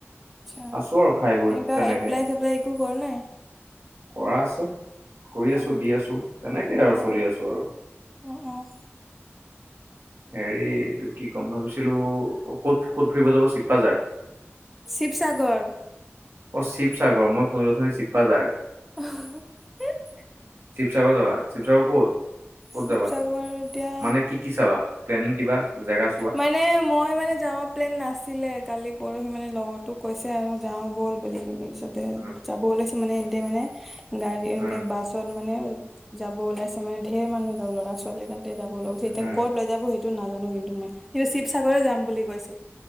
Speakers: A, in the centre; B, on the right.
A: আচ্ছা,
B: আছো আৰু খাই বৈ
A: এনেকা
B: তেনেকে
A: এপ্লাই - চেপ্লাই একো কৰা নাই?
B: কৰা আছে, কৰি আছোঁ,
A: অ
B: দি আছোঁ, তেনেকেই আৰু
A: অ',
B: চলি আছোঁ আৰু',
A: অ', - অহ',
B: হেৰি এইটো কি ক'ম ভাবিছিলোঁ ক'ত - ক'ত ফুৰিব যাব চিপ্পাঝাৰ?
A: শিৱসাগৰ',
B: অ', শিৱসাগৰ মই শুনিলোঁ অথনি চিপ্পাঝাৰ',
A: অহ', হিঃ',
B: শিৱসাগৰ যাবা, শিৱসাগৰ ক'ত, ক'ত
A: শিৱসাগৰ
B: যাবা
A: এতিয়া
B: মানে কি? কি চাবা, প্লেনিং কিবা, জেগা চোৱা?
A: মানে মই মানে যাওঁ প্লেনিং নাছিলে কালি পৰহি মানে লগৰতোক কৈছে আৰু যাওঁ ব'ল', বুলি এনে, পিছতে
B: উম
A: যাব ওলাইছে মানে ইহঁতে মানে গাড়ী এনকে
B: উম
A: বাছ', তাত মানে যাব ওলাইছে মানে ধেৰ মানুহ যাব ল'ৰা - ছোৱালী তাতে যাব লৈ গৈছে এতিয়া
B: উম
A: ক'ত লৈ যাব সিহঁতে', এইটো নাজানোঁ কিন্তু মই, সিহঁতে শিৱসাগৰে যাম বুলি কৈছে',